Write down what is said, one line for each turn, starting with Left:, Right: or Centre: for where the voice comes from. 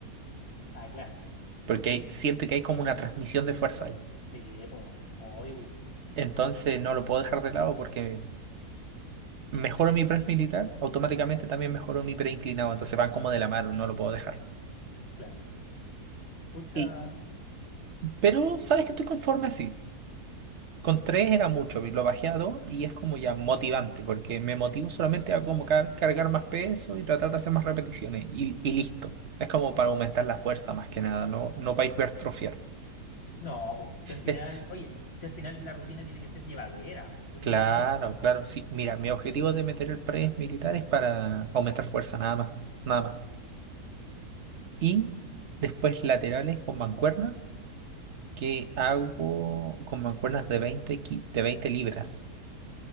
Left: Ah, claro.
Right: Porque hay- siento que hay como una transmisión de fuerza ahí.
Left: Sí, pues, obvio que sí.
Right: Entonces no lo puedo dejar de lado porque mejoro mi press militar, automáticamente también mejoro mi pre inclinado. Entonces van como de la mano, no lo puedo dejar.
Left: Claro. Pucha.
Right: Y, pero, ¿sabes que estoy conforme así? Con tres era mucho, lo bajé a dos y es como ya motivante, porque me motivo solamente a como car- cargar más peso y tratar de hacer más repeticiones y, y listo. Es como para aumentar la fuerza más que nada, no, no para hipertrofiar.
Left: No, pues, si al final,
Right: Eh,
Left: oye, si al final la rutina tiene que ser llevadera, po, si eso
Right: claro,
Left: es lo importante.
Right: claro, sí. Mira, mi objetivo de meter el press militar es para aumentar fuerza, nada más, nada más. Y después laterales con mancuernas, que hago con mancuernas de veinte ki- de 20 libras.